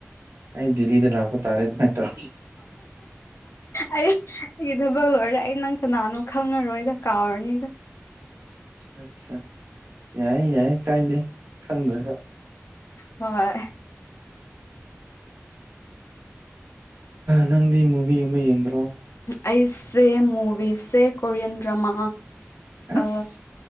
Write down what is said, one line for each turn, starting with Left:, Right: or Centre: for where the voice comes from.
Right: ꯑꯩ ꯗꯦꯂꯤꯗ ꯂꯥꯛ ꯇꯥꯔꯦ ꯑꯗꯨꯃꯥꯏꯅ ꯇꯧꯔꯈꯤ
Left: ꯑꯩ ꯑꯩꯒꯤ ꯊꯕꯛ ꯂꯣꯏꯔꯦ ꯑꯩ ꯅꯪ ꯀꯅꯥꯅꯣ ꯈꯪꯉꯔꯣꯏꯗ ꯀꯥꯎꯔꯅꯤꯗ
Right: ꯑ ꯑꯠꯆꯥ ꯌꯥꯏꯌꯦ ꯌꯥꯏ ꯀꯥꯏꯗꯦ ꯈꯪꯗ꯭ꯔꯁꯨ
Left: ꯍꯣꯏ
Right: ꯅꯪꯗꯤ ꯃꯨꯚꯤ ꯑꯃ ꯌꯦꯡꯗ꯭ꯔꯣ
Left: ꯑꯩꯁꯦ ꯃꯨꯕꯤꯁꯦ ꯀꯣꯔꯤꯌꯟ ꯗ꯭ꯔꯃꯥ
Right: ꯑꯁ
Left: ꯑ